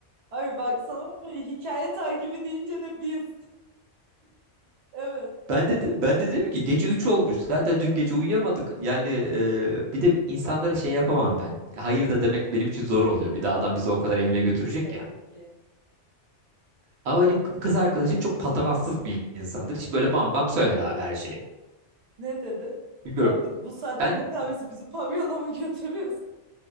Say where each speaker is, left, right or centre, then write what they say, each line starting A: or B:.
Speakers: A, on the right; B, on the right.
A: Abi baksana hikaye takibi deyince de biz. Evet.
B: Ben de ben de dedim ki gece 3 olmuş. Zaten dün gece uyuyamadık. Yani e, bir de insanlara şey yapamam ben. Hayır da demek benim için zor oluyor. Bir de adam bizi o kadar evine götürecek
A: Tabii
B: ya.
A: ki.
B: Ama benim kız arkadaşım çok patavatsız bir insandır. Hiç böyle bam bam söyler abi her şeyi.
A: Ne dedi?
B: Bilmiyorum.
A: Abi bu saatte
B: Ben
A: ne kahvesi bizi pavyona mı götürüyorsun?